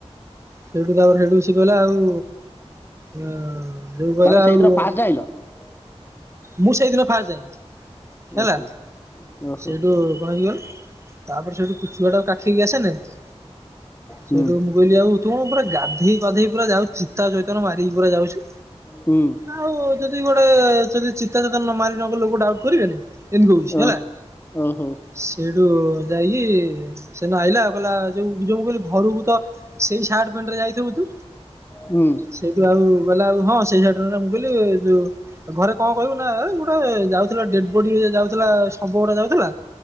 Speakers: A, on the right; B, on the left.
A: ସେଇଠୁ ତାପରେ ସେଇଠୁ ସେ କହିଲା ଆଉ ଯେକୁ କହିଲା
B: ତମେ ସେଇଦିନ
A: ଆଉ
B: ଫାଷ୍ଟ <inaudible>
A: ମୁଁ ସେଇଦିନ ଫାଷ୍ଟ ଯାଇି ହେଲା
B: ଓହୋ ଓହୋ
A: ସେଇଠୁ କଣ <unintelligible> ହେଇିଗଲେ? ସେଠୁ କୁ ଛୁଆ ଟାକୁ କାଖେଇକି ଆସେ ନାହିଁ
B: ହୁଁ
A: ସେଇଠୁ ମୁଁ କହିଲି ଆଉ ତୁ ପୁରା, ଗାଧେଇ ପାଧେଇ ପୁରା ଯାଉ, ଚିତା ଚୈତନ ମାରିକି ପୁରା ଯାଉଛି।
B: ହୁଁ
A: ଆଉ ଯଦି ଦି ଗୋଟେ ଯଦି ଚିତା ଚିତା ନ ମାରି ନ ଗଲେ! ଲୋକ ଡାଉଟ୍ କରିବେନି। ଏମିତି କଉଛି
B: ଓ
A: ହେଲା।
B: ଓହୋ
A: ସେଠୁ ଯାଇକି, ସେ ନ ଆଇଲା ଆଉ କହିଲା, ଯୋଉ ଯୋଉ କହିଲି ଘରକୁ ତ ସେଇ ସାଟ୍ ପେଣ୍ଟ ରେ ଯାଇଥିବୁ ତୁ?
B: ହୁଁ
A: ସେଇଠୁ ଆଉ କଲା ଆଉ ହଁ, ସେଇ ସାଟ୍ ରେ, ମୁଁ କହିଲି ଯୋଉ ଘରେ କଣ କହିବୁ ନା ଏ ଗୁଟେ ଏ ଯାଉଥିଲା, ଡେଡ୍ ବଡି ଯାଉଥିଲା, ଶବଗଡେ ଯାଉଥିଲା।